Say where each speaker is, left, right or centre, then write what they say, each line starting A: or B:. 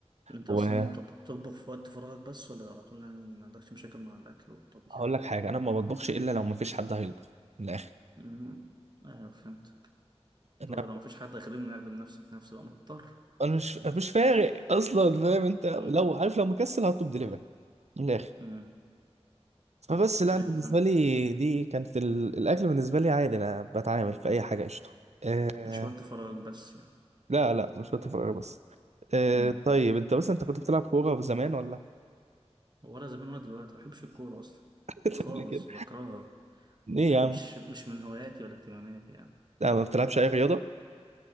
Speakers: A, on the right; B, on the right.
A: أنت
B: وهقول
A: أصلا طب بتطبخ في وقت فراغك بس ولا على طول يعني ما عندكش مشاكل مع الأكل والطبيخ؟
B: لك حاجه انا ما بطبخش الا لو ما فيش حد هيطبخ من الاخر
A: مم. أيوه فهمتك
B: انا
A: لو لو مفيش حد هيخدمني أخدم نفسي بنفسي بقى مضطر
B: انا مش مش فارق اصلا فاهم انت لو
A: مم.
B: عارف لو مكسل هطلب دليفري من الاخر
A: مم.
B: فبس لا
A: ايوه
B: أنا بالنسبه
A: فاهمك
B: لي دي كانت ال... الاكل بالنسبه لي عادي انا بتعامل في اي حاجه قشطه آه،
A: مش وقت فراغ بس يعني
B: لا لا مش وقت فراغ بس آه
A: امم
B: طيب انت بس انت كنت بتلعب كورة زمان ولا
A: ولا زمان ولا دلوقتي ما بحبش الكورة أصلا
B: <laughs>
A: خالص
B: قبل كده
A: بكرهها
B: ليه
A: يعني
B: يا
A: مش
B: عم
A: مش من هواياتي ولا اهتماماتي يعني
B: لا ما بتلعبش اي رياضة